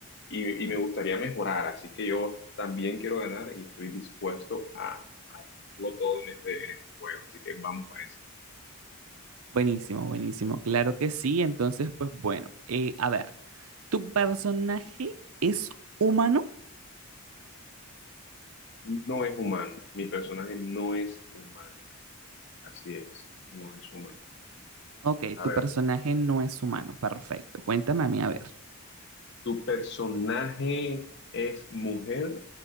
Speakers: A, on the left (about 50°); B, on the right (about 75°).
A: y, y me gustaría mejorar. Así que yo también quiero ganar y estoy dispuesto a, a darlo todo en este, en este juego. Así que vamos para eso.
B: Buenísimo, buenísimo, claro que sí. Entonces, pues bueno, eh, a ver, ¿tu personaje es humano?
A: No es humano. Mi personaje no es humano. Así es. No es humano.
B: Ok,
A: A
B: tu
A: ver.
B: personaje no es humano, perfecto. Cuéntame a mí, a ver.
A: ¿Tu personaje es mujer